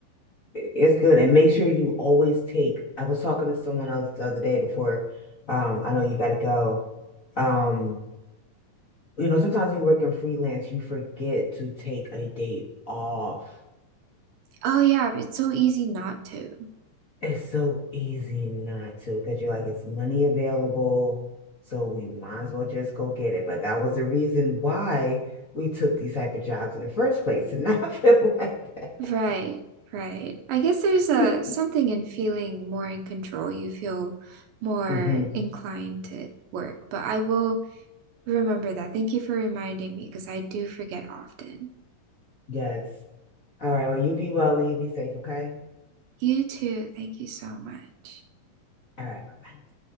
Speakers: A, on the left (about 35°); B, on the right (about 80°).
A: It's good. And make sure you always take. I was talking to someone else the other day before. Um, I know you gotta go. Um, you know, sometimes when you're working freelance, you forget to take a day off.
B: Oh yeah, it's so easy not to.
A: It's so easy not to because you're like, it's money available, so we might as well just go get it. But that was the reason why we took these type of jobs in the first place to not <laughs> feel like
B: Right, right. I guess there's a
A: that.
B: something in feeling more in control. You feel more
A: <laughs> hmm
B: inclined to work, but I will remember that. Thank you for reminding me because I do forget often.
A: Yes. All right. Well, you be well and you be safe, okay?
B: You too. Thank you so much.
A: All right. Bye-bye.